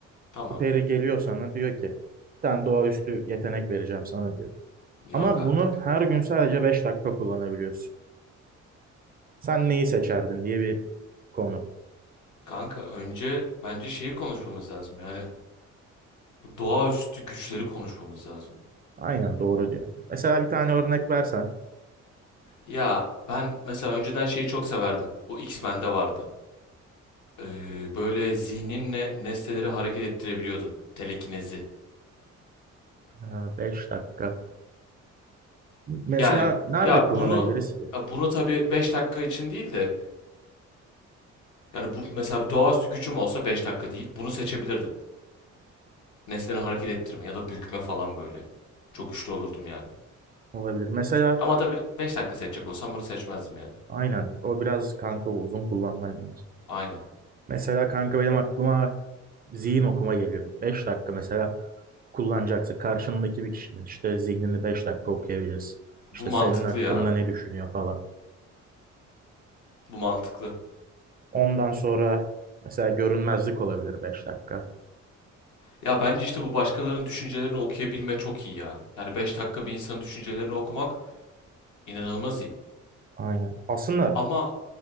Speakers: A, on the left (about 80°); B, on the right (about 30°).
A: Tamam.
B: Bu peri geliyor sana diyor ki bir tane doğaüstü yetenek vereceğim sana diyor.
A: Yok
B: Ama
A: artık.
B: bunu her gün sadece 5 dakika kullanabiliyorsun. Sen neyi seçerdin diye bir konu.
A: Kanka önce bence şeyi konuşmamız lazım. Yani bu doğaüstü güçleri konuşmamız lazım.
B: Aynen doğru diyor. Mesela bir tane örnek versen
A: Ya ben mesela önceden şeyi çok severdim. Bu X-Men'de vardı. Ee, böyle zihninle nesneleri hareket ettirebiliyordun. Telekinezi.
B: Ee, 5 dakika. Mesela
A: Yani
B: nerede
A: ya
B: kullanabiliriz
A: bunu
B: ki?
A: ya bunu tabii beş dakika için değil de yani bu mesela bir doğaüstü gücüm olsa 5 dakika değil. Bunu seçebilirdim. Nesneleri hareket ettirme ya da bükme falan böyle. Çok güçlü olurdum yani.
B: Olabilir. Mesela
A: Ama tabii 5 dakika seçecek olsam bunu seçmezdim yani.
B: Aynen. O biraz kanka uzun kullanman lazım.
A: Aynen.
B: Mesela kanka benim aklıma zihin okuma geliyor. 5 dakika mesela kullanacaksın. Karşındaki bir kişinin işte zihnini 5 dakika okuyabilirsin.
A: Bu
B: İşte
A: mantıklı
B: senin hakkında
A: ya.
B: ne düşünüyor falan.
A: Bu mantıklı.
B: Ondan sonra mesela görünmezlik olabilir 5 dakika.
A: Ya bence işte bu başkalarının düşüncelerini okuyabilme çok iyi ya. Yani 5 dakika bir insanın düşüncelerini okumak inanılmaz iyi.
B: Aynen. Aslında
A: Ama